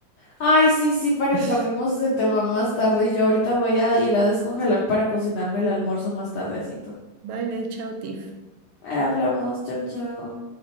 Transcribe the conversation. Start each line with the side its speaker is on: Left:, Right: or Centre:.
Left: Ay, sí, sí, para
Right: <laughs>
Left: que cambiemos de tema más tarde. Yo ahorita voy a ir a descongelar para cocinarme el almuerzo más tardecito.
Right: Vale, chao, Tiff.
Left: Hablamos, chao, chao.